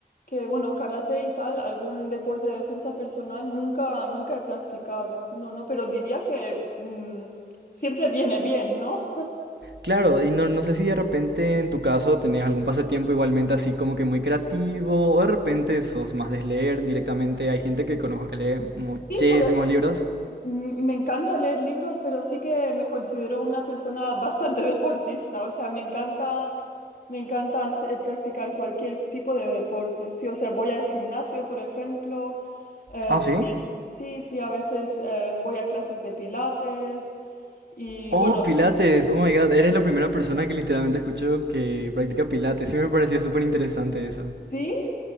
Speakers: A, on the left; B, on the right.
A: que bueno, karate y tal, algún deporte de defensa personal nunca, nunca he practicado. No, no, pero diría que mm, siempre viene bien, ¿no?
B: Claro, y no, no sé si de repente en tu caso tenés algún pasatiempo igualmente así como que muy creativo, o de repente sos más de leer directamente. Hay gente que conozco que lee muchísimos
A: Sí, por-
B: libros.
A: m- me encanta leer libros, pero sí que me considero una persona bastante <laughs> deportista. O sea, me encanta, me encanta hacer- practicar cualquier tipo de deporte. Sí, o sea, voy al gimnasio, por ejemplo. eh,
B: Ah, ¿sí?
A: también, sí, sí, a veces eh, voy a clases de pilates. Y
B: Oh,
A: bueno,
B: Pilates. Oh my God, eres la primera persona que literalmente escucho que practica Pilates. Sí me pareció súper interesante eso.
A: sí,